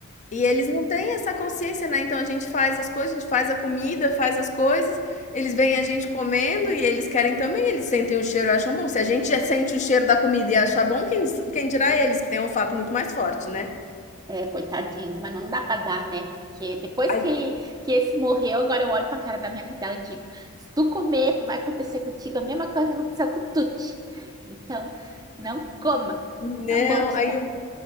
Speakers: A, on the left; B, on the right.
A: E eles não têm essa consciência, né, então a gente faz as coisas, a gente faz a comida, faz as coisas, eles veem a gente comendo e eles querem também, eles sentem o cheiro e acham bom. Se a gente já sente o cheiro da comida e acha bom, quem quem dirá eles, que têm olfato muito mais forte, né.
B: É, coitadinhos, mas não dá para dar, né? Porque depois
A: Aí
B: que, que esse morreu, agora eu olho para a cara da minha cadela e digo: se tu comer, tu vai acontecer contigo a mesma coisa que aconteceu com o Tuti. Então, não coma,
A: Não,
B: não vou te
A: aí
B: dar.
A: o